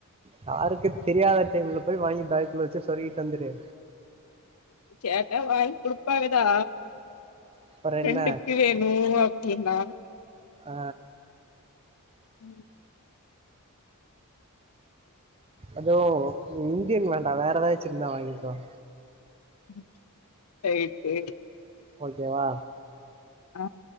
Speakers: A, on the right; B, on the left.
A: யாருக்கு தெரியாத டைம்ல போய் வாங்கி பேக்குல வச்சு சொரிகிட்டு வந்துரு
B: கேட்டா வாங் குடுப்பாங்கதா
A: அப்புற
B: ஃப்ரெண்டுக்கு
A: என்ன
B: வேனு அப் என்னா
A: ஆ
B: ம்
A: அதுவு இந்தியன் வேண்டா வேற ஏதாச்சிருந்தா வாங்கிட்டு வா
B: ம் ரைட்டு
A: ஓகேவா
B: ஆ